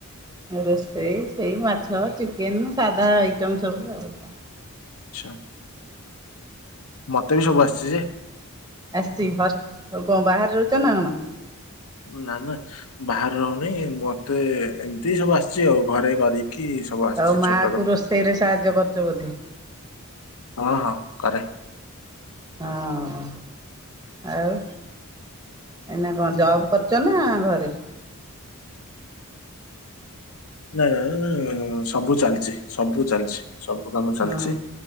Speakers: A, on the right (about 15°); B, on the left (about 80°).
A: ରୋଷେଇ ସେଇ ମାଛ ଚିକେନ ସାଧା ଆଇଟମ ସବୁ ଆଉ।
B: ଆଛା ମତେ ବି ସବୁ ଆସିଛି ଯେ
A: ଆସିଛି ହସ୍ କଣ ବାହାରେ ରହୁଛ ନା କଣ?
B: ନା ନା ବାହାରେ ରହୁନି ମତେ ଏମିତି ସବୁ ଆସିଛି ଆଉ ଘରେ କରି କି ସବୁ ଆସିଛି
A: ଆଉ ମା
B: ଛୋଟ
A: କୁ
B: ରୁ
A: ରୋଷେଇରେ ସାହାଯ୍ୟ କରୁଛ ବୋଧେ?
B: ହଁ ହଁ। କରେ।
A: ହଁ ଆଉ ଏଇନା କଣ ଜବ କରୁଛ ନା ଘରେ?
B: ନାଇ ନାଇ ସବୁ ଚାଲିଛି ସବୁ ଚାଲିଛି। ସବୁ କାମ ଚାଲିଛି
A: ହଁ